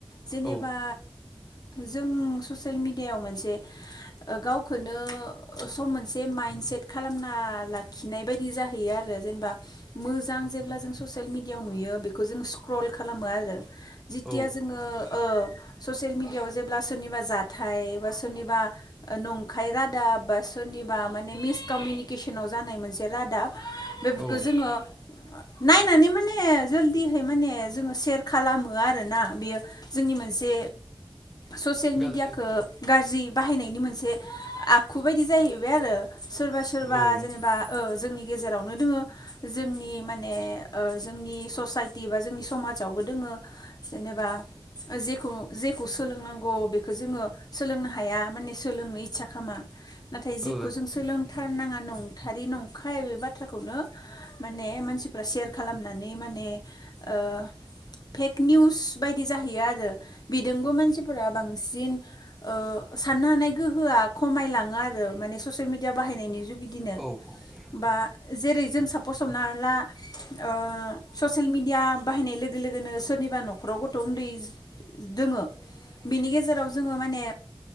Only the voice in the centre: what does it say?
औ
औ
औ
गाज्रि
औ ओ
औ
औ